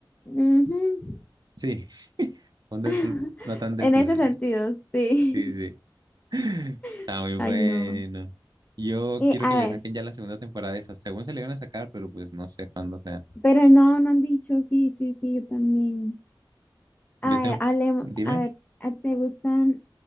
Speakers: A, on the left; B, on the right.
A: ujú.
B: Sí, <laughs> un Deadpool,
A: <laughs>
B: no tan Deadpool.
A: En ese sentido, sí.
B: Sí, sí. <laughs> Está
A: <laughs>
B: muy bueno.
A: Ay, no.
B: Yo
A: Eh,
B: quiero
A: a
B: que le
A: ver,
B: saquen ya la segunda temporada de eso. Según se le iban a sacar, pero pues no sé cuándo sea.
A: pero no, no han dicho, sí, sí, sí, yo también.
B: Yo
A: A
B: tengo.
A: ver, hablemos,
B: Dime.
A: a ver, ¿a- ¿te gustan